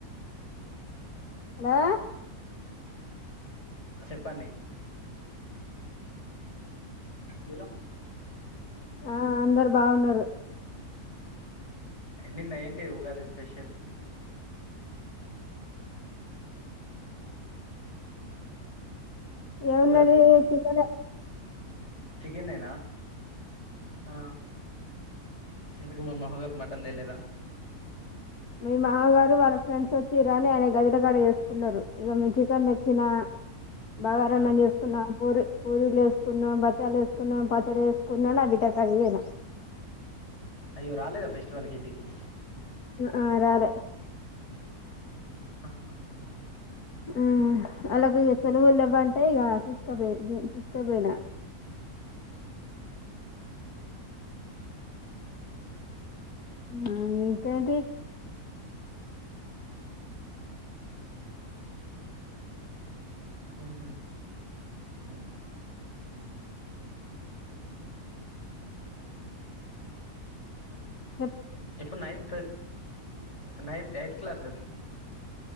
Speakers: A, on the left; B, on the left.
A: హలో
B: చెప్పండి నీలో
A: ఆ అందరు బాగున్నారు
B: ఏం తిన్నా ఏంటి ఉగాది స్పెషల్
A: ఏమున్నది
B: ఉగాది
A: చికెనే
B: చికెనేనా ఆ ఎందుకు మా మామగారు మటన్ తేలేదా
A: మీ మామగారు వాళ్ళ ఫ్రెండ్స్ వచ్చి రాని ఆయన గదిలకాడ చేసుకున్నారు ఇక మీ చికెన్ తెచ్చిన బాగా రన్నం
B: ఆ
A: చేసుకున్నా పూరి పూరీలు వేసుకున్నాం బచ్చాలు వేసుకున్నాం పచ్చడి వేసుకున్నా నా నా బిడ్డ కరవేనా
B: అయ్యో రాలేదా ఫెస్టివల్ క ఇంటికి
A: ఆ రాలే
B: ఆహా
A: ఆ అలాగ సలవుల్ల బా అంటా ఈగ తీస్కబ బ తీస్కబేనా ఆ ఇంతేంటి
B: హ
A: ఆ
B: ఇప్పు నైన్త్ నైన్ ఎయిత్ క్లాస్